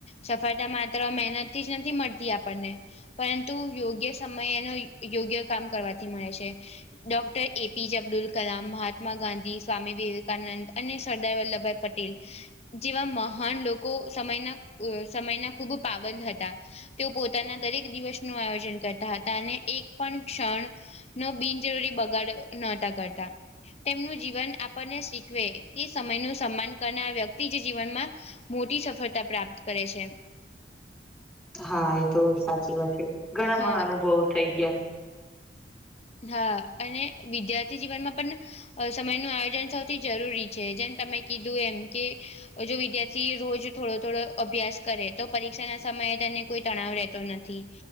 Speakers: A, on the left; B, in the centre.
A: સફળતા માત્ર મહેનતથી જ નથી મળતી આપણને પરંતુ યોગ્ય સમય એનો યોગ્ય કામ કરવાથી મળે છે. ડોક્ટર એપીજે અબ્દુલ કલામ, મહાત્મા ગાંધી, સ્વામી વિવેકાનંદ અને સરદાર વલ્લભભાઈ પટેલ જેવા મહાન લોકો સમયના સમયના ખૂબ પાબંદ હતા. તેઓ પોતાના દરેક દિવસનું આયોજન કરતા હતા અને એક પણ ક્ષણ નો બિનજરૂરી બગાડ નહોતા કરતા તેમનું જીવન આપણને શીખવે કે સમયનું સન્માન કરનાર વ્યક્તિ જ જીવનમાં મોટી સફળતા પ્રાપ્ત કરે છે.
B: હા એ તો સાચી વાત છે ઘણા
A: હા
B: મહાનુભવો થઈ ગયા.
A: હા અને વિદ્યાર્થી જીવનમાં પણ સમય નું આયોજન સૌથી જરૂરી છે જેમ તમે કીધું એમ કે જો વિદ્યાર્થી રોજ થોડો થોડો અભ્યાસ કરે તો પરીક્ષાના સમયે તેને કો તણાવ રહેતો નથી